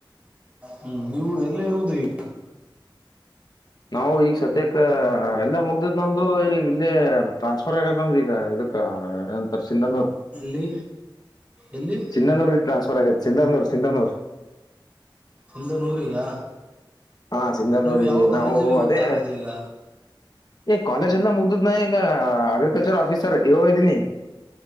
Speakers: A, on the right; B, on the left.
A: ಹ್ಮ್ ನೀವು ಎಲ್ಲಿ ಇರುವುದು ಈ
B: ನಾವು ಈಗ ಸದ್ಯಕ್ಕ ಎಲ್ಲಾ ಮುಗ ಇ ನಮ್ದು ಈಗ ಇಲ್ಲಿ ಟ್ರಾನ್ಸ್ಫರ್ ಆಗೆದ್ನಂದು ಈಗ ಇದಕ್ಕ ಏನಂತರ ಸಿಂಧನೂರ್.
A: ಎಲ್ಲಿ ಎಲ್ಲಿ
B: ಸಿಂನೂರಿಗೆ ಟ್ರಾನ್ಸ್ಪರ್ ಆಗೈತಿ ಸಿಂಧನೂರು ಸಿಂಧನೂರ್
A: ಸಿಂಧನೂರಿಗಾ
B: ಹಾ ಸಿಂಧನೂರಿಗೆ
A: ನೀವು ಯಾವ ಕಾಲೇಜಲ್ಲಿ
B: ನಾವು
A: ಓದ್ತಾ
B: ಅದೇ
A: ಇರೋದು ಈಗ.
B: ಕಾಲೇಜ್ ಎಲ್ಲ ಮುಗ್ದದ ನಾ ಈಗ ಅಗ್ರಿಕಲ್ಚರ್ ಆಫೀಸರ್ ಇ ಒ ಇದ್ದೀನಿ.